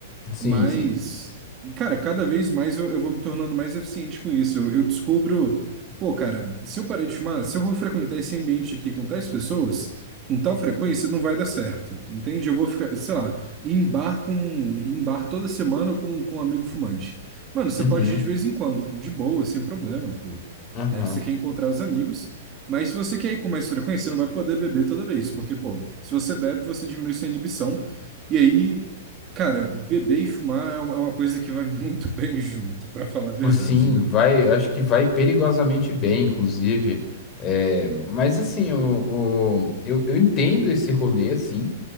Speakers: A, on the left; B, on the right.
A: sim,
B: Mas,
A: sim,
B: cara, cada vez mais eu, eu vou me tornando mais eficiente com isso. Eu, eu descubro, pô, cara, se eu parar de fumar, se eu vou frequentar esse ambiente aqui com tais pessoas, com tal frequência, não vai dar certo, entende? Eu vou ficar, sei lá, em bar com, em bar toda semana com, com um amigo fumante. Mano, você
A: uhum,
B: pode ir de vez em quando, de boa, sem problema, pô.
A: aham.
B: É, você quer encontrar os amigos, mas se você quer ir com mais frequência, você não vai poder beber toda vez, porque, pô, se você bebe, você diminui sua inibição. E aí Cara, beber e fumar é uma é uma coisa que vai muito <laughs> bem junto, pra falar a verdade,
A: Sim,
B: né?
A: vai, acho que vai perigosamente bem, inclusive. É, mas assim, o, o- eu, eu entendo esse rolê, assim